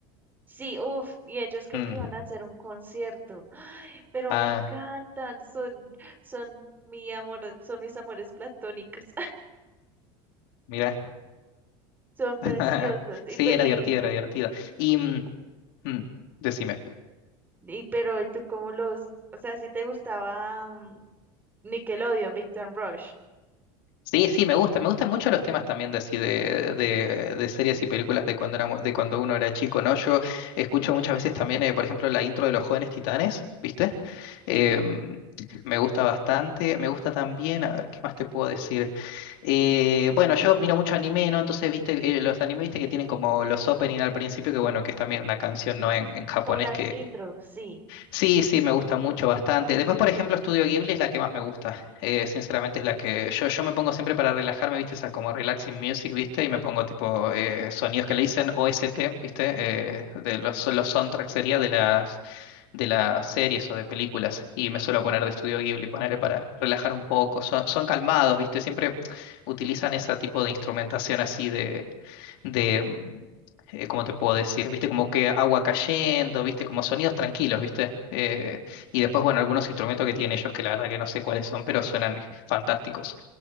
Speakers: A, on the right (about 15°); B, on the left (about 70°).
A: Sí, uff y ellos creo
B: Mm,
A: que iban a hacer un concierto. Ay, pero
B: Ah,
A: me encantan, son, son mi amor, son mis amores platónicos.
B: mira.
A: Son preciosos.
B: <laughs>
A: Y,
B: Sí,
A: pe-
B: era
A: y,
B: divertido, era divertido. Y mm, mm, decime.
A: y pero ¿y tú cómo los, o sea, si te gustaba mm, Nickelodeon, Victor Rush,
B: Sí, sí, me gusta. Me gustan mucho los temas también de así de, de, de series y películas de cuando era, de cuando uno era chico, ¿no? Yo escucho muchas veces también, eh, por ejemplo, la intro de Los Jóvenes Titanes, ¿viste? Eh, me gusta bastante. Me gusta también, a ver, ¿qué más te puedo decir? Eh, bueno, yo miro mucho anime, ¿no? Entonces, ¿viste? eh, los anime, ¿viste? Que tienen como los opening al principio, que bueno, que es también una canción, ¿no? En, en japonés
A: como las intros, sí.
B: Sí, sí, me gusta mucho, bastante. Después, por ejemplo, Estudio Ghibli es la que más me gusta. Eh, sinceramente es la que yo, yo me pongo siempre para relajarme, ¿viste? Esa como relaxing music, ¿viste? Y me pongo tipo eh, sonidos que le dicen OST, ¿viste? Eh, de los, los soundtracks sería de las, de las series o de películas. Y me suelo poner de Estudio Ghibli, ponerle para relajar un poco. Son, son calmados, ¿viste? Siempre utilizan ese tipo de instrumentación así de de, mm, eh, ¿cómo te puedo decir? ¿Viste? Como que agua cayendo, ¿viste? Como sonidos tranquilos, ¿viste? Eh, y después, bueno, algunos instrumentos que tienen ellos que la verdad que no sé cuáles son, pero suenan fantásticos.